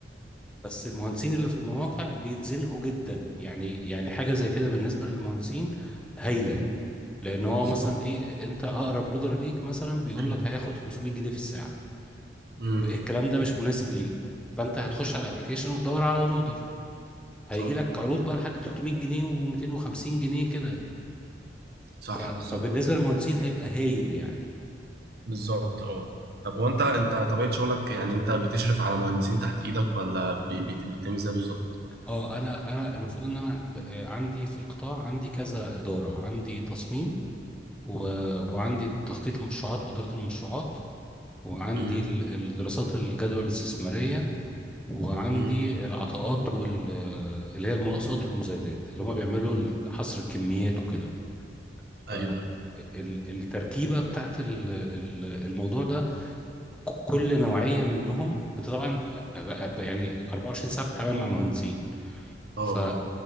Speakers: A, in the centre; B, on the right (about 60°).
A: بس المهندسين
B: أيوة.
A: اللي في المواقع بيتزنقوا جدا يعني يعني حاجه زي كده بالنسبه للمهندسين هايله
B: مم.
A: لان هو
B: بالظبط
A: مثلا ايه انت اقرب لودر ليك مثلا بيقول
B: <clears throat>
A: لك هياخد 500 جنيه في الساعه
B: مم.
A: الكلام ده مش مناسب ليك فانت هتخش على الابلكيشن وتدور على لودر هيجي
B: صح
A: لك عروض بقى لحد 300 جنيه و250 جنيه كده
B: صح
A: ف... فبالنسبه
B: بالظبط
A: للمهندسين هيبقى هايل يعني
B: بالظبط اه طب هو انت انت طبيعه شغلك يعني انت بتشرف على مهندسين تحت ايدك ولا بي- بت- بتعمل ازاي بالظبط؟
A: اه انا انا المفروض ان انا ب- آه، عندي في القطاع عندي كذا اداره عندي تصميم و... وعندي تخطيط المشروعات واداره المشروعات وعندي
B: مم.
A: ال- الدراسات الجدوى الاستثماريه وعندي
B: امم
A: العطاءات وال... آه، اللي هي المناقصات والمزايدات اللي هم بيعملوا حصر الكميات وكده
B: ايوه
A: فالتركيبة
B: ايوه
A: بتاعت ال- ال- الموضوع ده ك- كل نوعية منهم انت طبعا ب- يعني 24 ساعة بتتعامل مع مهندسين
B: اه
A: فال